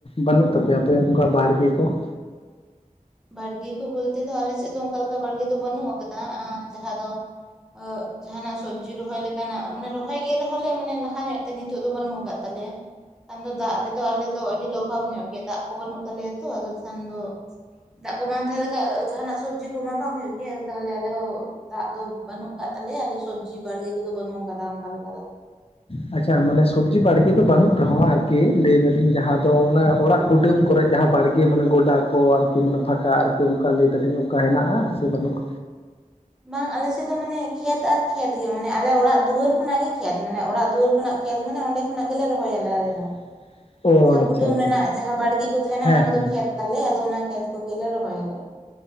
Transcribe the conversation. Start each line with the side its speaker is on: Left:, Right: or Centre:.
Left: ᱵᱟᱹᱱᱩᱜ ᱛᱟᱯᱮᱭᱟ ᱟᱯᱮ ᱚᱱᱠᱟ ᱵᱟᱲᱜᱮ ᱠᱚ? <inaudible>
Centre: ᱵᱟᱲᱜᱮ ᱠᱚ ᱵᱚᱞᱛᱮ ᱫᱚ ᱟᱞᱮ ᱥᱮᱜ ᱫᱚ ᱚᱱᱠᱟ ᱞᱮᱠᱟ ᱵᱟᱲᱜᱮ ᱫᱚ ᱵᱟᱹᱱᱩᱜ ᱟᱠᱟᱫᱟ ᱟᱸ ᱡᱟᱦᱟᱸ ᱫᱚ᱾ <unintelligible> ᱡᱟᱦᱟᱸᱱᱟᱜ ᱥᱚᱵᱽᱡᱤ ᱨᱚᱦᱚᱭ ᱞᱮᱠᱟᱱᱟᱜ ᱢᱟᱱᱮ ᱨᱚᱦᱚᱭ ᱜᱮ ᱨᱮᱦᱚᱸ ᱞᱮ ᱢᱟᱱᱮ ᱞᱟᱦᱟ ᱧᱚᱜ ᱛᱮ ᱱᱤᱛᱚᱜ ᱫᱚ ᱵᱟᱹᱱᱩᱜ ᱟᱠᱟᱫ ᱛᱟᱞᱮᱭᱟ᱾ ᱟᱫᱚ ᱫᱟᱜ ᱨᱮᱫᱚ ᱟᱞᱮ ᱫᱚ ᱟᱹᱰᱤ ᱚᱵᱷᱟᱵ ᱧᱚᱜ ᱜᱮᱭᱟ, ᱫᱟᱜ ᱠᱚ ᱵᱟᱹᱱᱩᱜ ᱛᱟᱞᱮᱭᱟ ᱛᱚ ᱟᱫᱚ ᱠᱷᱟᱱ ᱫᱚ ᱫᱟᱜ ᱠᱚ ᱵᱟᱝ ᱛᱟᱦᱮᱸ ᱞᱮᱠᱷᱟᱭ ᱡᱟᱦᱟᱱᱟᱜ ᱥᱟᱵᱽᱡᱤ ᱠᱚᱢᱟ ᱵᱟᱝ ᱦᱩᱭᱩᱜ ᱜᱮᱭᱟ ᱛᱟᱦᱞᱮ ᱟᱞᱮ ᱦᱚᱸ ᱫᱟᱜ ᱫᱚ ᱵᱟᱹᱱᱩᱜ ᱟᱠᱟᱜ ᱛᱟᱞᱮᱭᱟ ᱟᱫᱚ ᱥᱚᱵᱽᱡᱤ ᱵᱟᱲᱜᱮ ᱠᱚᱫᱚ ᱵᱟᱹᱱᱩᱜ ᱟᱠᱟᱫᱟ ᱚᱱᱠᱟ ᱞᱮᱠᱟ ᱫᱚ᱾
Left: ᱟᱪᱪᱷᱟ ᱢᱟᱱᱮ ᱥᱚᱵᱽᱡᱤ ᱵᱟᱲᱜᱮ ᱫᱚ ᱵᱟᱹᱱᱩᱜ ᱨᱮᱦᱚᱸ ᱟᱨᱠᱤ, ᱞᱟᱹᱭᱮᱫᱟᱞᱤᱧ ᱡᱟᱦᱟᱸ ᱫᱚ ᱚᱱᱟ ᱚᱲᱟᱜ? ᱠᱩᱰᱟᱹᱢ ᱠᱚᱨᱮᱮᱫ ᱡᱟᱦᱟᱸ ᱵᱟᱲᱜᱮ ᱢᱟᱱᱮ ᱜᱚᱰᱟ ᱠᱚ ᱟᱨᱠᱤ ᱢᱟᱱᱮ ᱯᱷᱟᱠᱟ ᱟᱨᱠᱤ ᱚᱱᱠᱟ ᱞᱟᱹᱭ ᱫᱟᱞᱤᱧ ᱚᱱᱠᱟ ᱦᱮᱱᱟᱜᱼᱟ ᱥᱮ ᱵᱟᱹᱱᱩᱜᱼᱟ?
Centre: ᱵᱟᱝ ᱟᱞᱮᱥᱮᱫ ᱫᱚ ᱢᱟᱱᱮ ᱠᱷᱮᱛ ᱟᱨ ᱠᱷᱮᱛ ᱜᱮ ᱢᱟᱱᱮ ᱟᱞᱮ ᱚᱲᱟᱜ ᱫᱩᱣᱟᱹᱨ ᱠᱷᱚᱱᱟᱜ ᱜᱮ ᱠᱷᱮᱛ ᱢᱟᱱᱮ ᱚᱲᱟᱜ ᱫᱩᱣᱟᱹᱨ ᱠᱷᱚᱱᱟᱜ ᱾ ᱠᱷᱮᱛ ᱢᱟᱱᱮ ᱚᱸᱰᱮ ᱠᱷᱚᱱᱟᱜ ᱜᱮᱞᱮ ᱨᱚᱦᱚᱭᱟᱞᱮ ᱟᱞᱮ ᱫᱚ᱾
Left: <inaudible>
Centre: ᱡᱟᱦᱟᱸ
Left: ᱟᱪᱪᱷᱟ
Centre: ᱠᱩᱰᱟᱹᱢ
Left: ᱟᱪᱪᱷᱟ
Centre: ᱨᱮᱱᱟᱜ
Left: ᱟᱪᱪᱷᱟ
Centre: ᱡᱟᱦᱟᱸ ᱵᱟᱲᱜᱮ ᱠᱚ ᱛᱟᱦᱮᱱᱟ
Left: ᱦᱮᱸ
Centre: ᱚᱱᱟ ᱠᱚᱫᱚ
Left: ᱦᱮᱸ
Centre: ᱠᱷᱮᱛ ᱛᱟᱞᱮ ᱟᱫᱚ ᱚᱱᱟ ᱠᱷᱮᱛ ᱠᱚᱜᱮᱞᱮ ᱨᱚᱦᱚᱭᱟ ᱞᱮ᱾